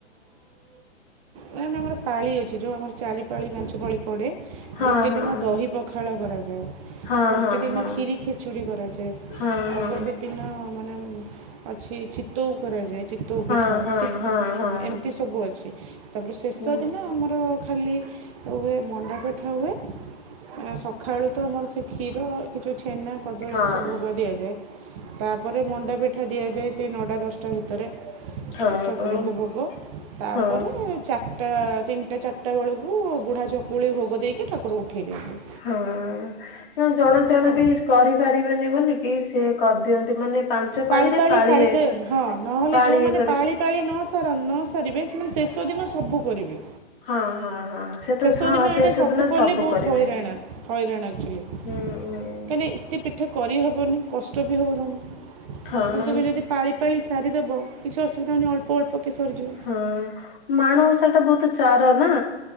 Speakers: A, on the right; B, on the left.
A: ମୁ ଏ ଆମର ପାଳି ଅଛି ଯୋଉ ଆମର ଚାରି ପାଳି ପାଞ୍ଚ ପାଳି ପଡ଼େ
B: ହଁ
A: ଗୋଟେ
B: ହଁ
A: ଦିନ ଦହି ପଖାଳ କରାଯାଏ।
B: ହଁ
A: ଗୋଟେ ଦିନ ଖିରି ଖେଚୁଡ଼ି କରାଯାଏ
B: ହଁ ହଁ ହଁ
A: ଆଉ
B: ହଁ।
A: ଗୋଟେ ଦିନ ମାନେ ମ ଅଛି ଚିତୋଉ କରାଯାଏ ଚିତଉ
B: ହଁ
A: ପିଠା
B: ହଁ
A: ଚି
B: ହଁ ହଁ
A: ଏମିତି ସବୁ ଅଛି। ତାପରେ ଶେଷ
B: ହୁଁ
A: ଦିନ ଆମର ଖାଲି ହୁଏ ମଣ୍ଡା ପିଠା ହୁଏ। ଆ ସଖାଳୁ ତ ଆମର ସେ କ୍ଷୀର ଏ ଯୋଉ ଛେନା କଦଳୀ
B: ହଁ
A: ଏସବୁ ଭୋଗ ଦିଆଯାଏ। ତାପରେ ମଣ୍ଡା ପିଠା ଦିଆଯାଏ ସେ ନଅଟା ଦଶଟା ଭିତରେ
B: ହଁ।
A: ଠା ଠାକୁ ଠାକୁରଙ୍କୁ ଭୋଗ ତାପରେ
B: ହଁ
A: ଚାରିଟା ତିନିଟା ଚାରିଟା ବେଳକୁ ବୁଢ଼ା ଚକୁଳି ଭୋଗ ଦେଇକି ଠାକୁର ଉଠେଇ ଦିଅନ୍ତି।
B: ହଁ ନା ଜଣ
A: ହେଲା।
B: ଜଣ ବି କରିପାରିବେନି ବୋଲିକିି ସିଏ କରିଦିଅନ୍ତି ମାନେ ପାଞ୍ଚ
A: ପାଳି
B: ପାଳିରେ
A: ପାଳି
B: ପାଳିଏ
A: ସାରିଦେ ହଁ ନହେଲେ
B: ପାଳିଏ
A: ଯେଉଁମାନେ
B: କରିକି
A: ପାଳି ପାଳି ନ ସାର ନ ସାରିବେ ସେମାନେ ଶେଷ ଦିନ ସବୁ କରିବେ।
B: ହଁ ହଁ ହଁ ସେ ତ
A: ଶେଷ
B: ହଁ
A: ଦିନ
B: ସେ
A: ଏଇଟା
B: ସେଦିନ
A: ସବୁ କଲେ ବହୁତ
B: କରିବେ।
A: ହଇରାଣ ହଇରାଣ ଆକ୍ଚୁଲି।
B: ହୁଁ ହୁଁ
A: କାଲି ଏତେ ପିଠା କରିହବନି କଷ୍ଟ ବି ହବ ତୁମକୁ ମୁ
B: ହଁ
A: କହିନି ତୁମେ ଯଦି ପାଳି ପାଳି ସାରିଦେବ କିଛି ଅସୁବିଧା ହେଉନି ଅଳ୍ପ ଅଳ୍ପକେ ସରିଯିବ
B: ହଁ ମାଣ ଓଷାଟା ବୋହୁତ ଚାର ନା?